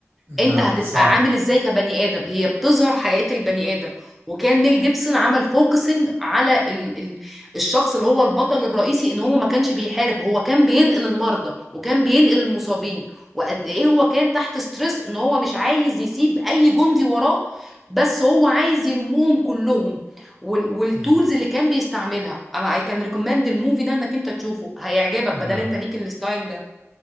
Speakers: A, in the centre; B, on the right.
A: انت
B: نعم
A: هتبقى
B: صح
A: عامل ازاي كبني ادم هي بتظهر حقيقة البني ادم وكان ميل جيبسون عمل فوكسنج على ال ال الشخص اللي هو البطل الرئيسي ان هو ما كانش بيحارب هو كان بينقل المرضى وكان بينقل المصابين وقد ايه هو كان تحت ستريس ان هو مش عايز يسيب اي جندي وراه بس هو عايز يلمهم كلهم وال والتولز
B: مم.
A: اللي كان بيستعملها انا I can recommend الموفي ده انك انت تشوفه هيعجبك
B: نعم
A: بدل انت ليك الستايل ده